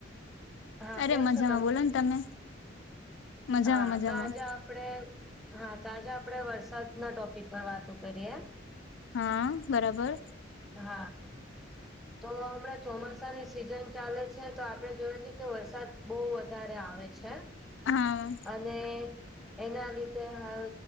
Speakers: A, in the centre; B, on the left (about 70°).
A: હા
B: અરે
A: કેમ
B: મજામાં
A: છો
B: બોલો ને તમે. મજામાં
A: હા
B: મજામાં
A: તો આજે આપડે હા તો આજે આપડે વરસાદ ના ટોપિક પર વાતો કરીએ.
B: હા બરાબર.
A: હા તો હમણાં ચોમાસાની સિઝન ચાલે છે તો આપડે જોવે છે કે વરસાદ બહુ વધારે આવે છે.
B: હા.
A: અને એના લીધે હાલ